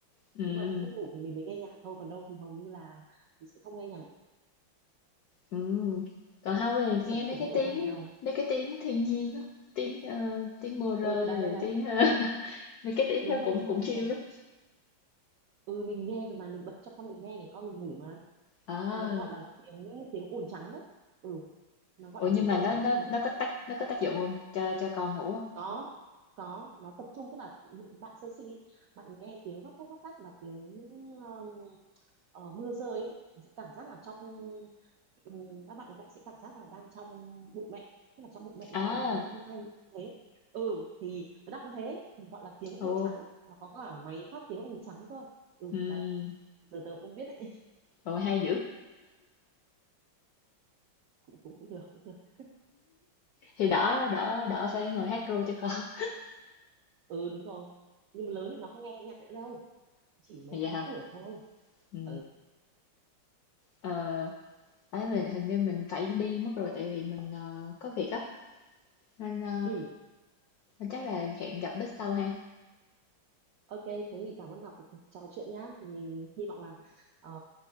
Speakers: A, on the left; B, on the right.
A: ừ
B: nếu mà mất ngủ thì mình mới nghe nhạc thôi còn đâu thì hầu như là mình sẽ không nghe nhạc
A: ừ còn không thì
B: những sở
A: nghe
B: thích
A: mấy
B: của
A: cái
B: mỗi người
A: tiếng
B: khác nhau
A: á, mấy cái tiếng thiên nhiên á tiếng ờ, tiếng mưa rơi
B: ừ đấy
A: rồi
B: đấy đấy
A: tiếng ờ, <laughs> mấy cái tiếng
B: đúng
A: đó
B: rồi
A: cũng
B: đúng
A: cũng
B: rồi đúng
A: chill
B: rồi
A: lắm
B: ừ mình nghe rồi mà mình bật cho con mình nghe để con mình ngủ mà
A: à
B: người ta gọi là tiếng tiếng ồn trắng đấy ừ nó gọi
A: ủa
B: là
A: nhưng
B: tiếng
A: mà
B: ồn
A: nó
B: trắng
A: nó
B: ấy ví dụ
A: nó có tác nó có tác dụng không cho cho con ngủ không
B: có có nó tập trung tức là những bạn sơ sinh ý, bạn nghe tiếng róc rách róc rách mà tiếng um, ờ, mưa rơi ý, nó sẽ cảm giác là trong ừm, các bạn hiện tại sẽ cảm giác là đang trong bụng mẹ tức là trong bụng mẹ nó
A: à
B: cũng có nhiều âm thanh như thế ừ thì nó đọc như thế thì gọi là tiếng
A: ồ
B: ồn trắng nó có cả máy phát tiếng ồn trắng cơ ừ
A: ừ
B: đấy giờ tớ cũng không biết đấy <laughs>
A: rồi hay dữ
B: cũng cũng cũng được cũng được
A: thì đỡ đỡ đỡ phải ngồi hát ru cho con <laughs>
B: ừ đúng rồi nhưng mà lớn thì nó không nghe nhạc nữa đâu chỉ mấy
A: vậy
B: tháng
A: hả
B: tuổi thôi
A: ừ
B: ừ
A: ờ. Ấy, mình hình như mình phải đi mất rồi tại vì mình ờ, có việc á nên, ờ,
B: ừ
A: nên chắc là hẹn gặp Bích sau ha.
B: Ok, thế thì cảm ơn Ngọc của cuộc trò chuyện nhá. Thì mình hy vọng là ờ,